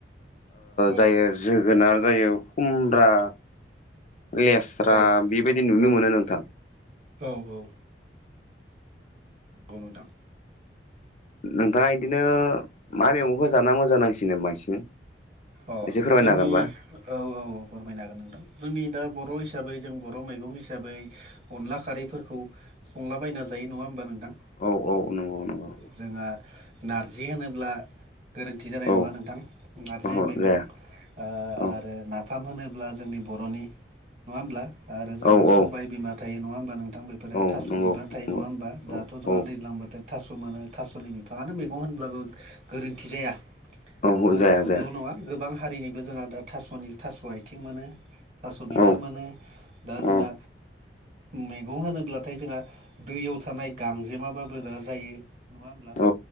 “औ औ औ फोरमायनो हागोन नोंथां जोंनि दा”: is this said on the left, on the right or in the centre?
Right